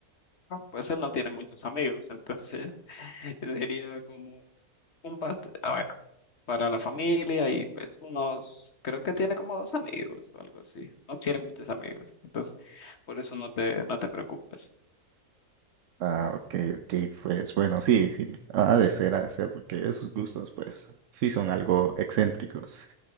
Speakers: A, on the left (about 50°); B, on the right (about 65°).
A: Pues él no tiene muchos amigos, entonces <laughs> sería como un pastel, a ver, para la familia y pues unos, creo que tiene como dos amigos o algo así, no tiene muchos amigos, entonces por eso no te, no te preocupes.
B: Ah, ok, ok, pues bueno, sí, sí, ha de ser, ha de ser, porque esos gustos, pues, sí son algo excéntricos.